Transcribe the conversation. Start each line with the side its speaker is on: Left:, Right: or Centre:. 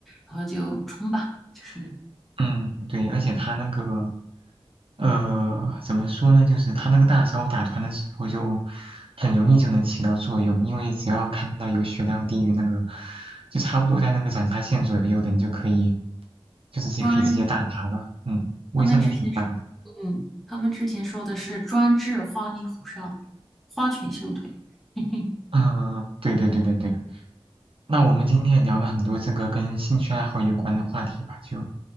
Centre: 然后就冲吧。就是
Right: 嗯，对，而且他那个呃，怎么说呢？就是他那个大招打团的时候，就很容易就能起到作用，因为只要看到有血量低于那个，就差不多在那个斩杀线左右的，你就可以，就直接可以直接大拿了。
Centre: 专，
Right: 嗯，威慑力挺大的。
Centre: 他们之前是，嗯，他们之前说的是专治花里胡哨、花拳绣腿。<laughs> 嘿嘿，
Right: 啊、对对对对对。那我们今天也聊了很多这个跟兴趣爱好有关的话题吧，就，